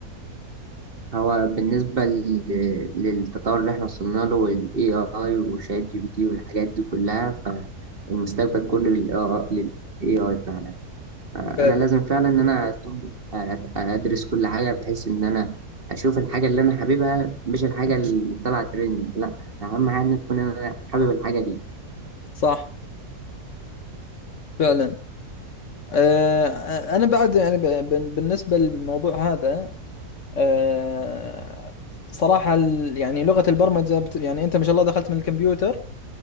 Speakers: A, on the right; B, on the left.
A: هو بالنسبة لل- للتطور اللي احنا وصلنا له وال AI وشات جي بي تي والحاجات دي كلها فالمستقبل كله لل AI لل AI فعلا آه،
B: فعلا
A: انا لازم فعلا ان انا أكون- ادرس كل حاجه بحيث ان انا اشوف الحاجه اللي انا حاببها مش الحاجه اللي طلعت ترند لا اهم حاجه ان تكون انا حابب الحاجه دي
B: صح فعلا آه، آه، انا بعد يعني ب- ب- بالنسبه للموضوع هذا آه، صراحه ال- يعني لغه البرمجه بت- يعني انت ما شاء الله دخلت من الكمبيوتر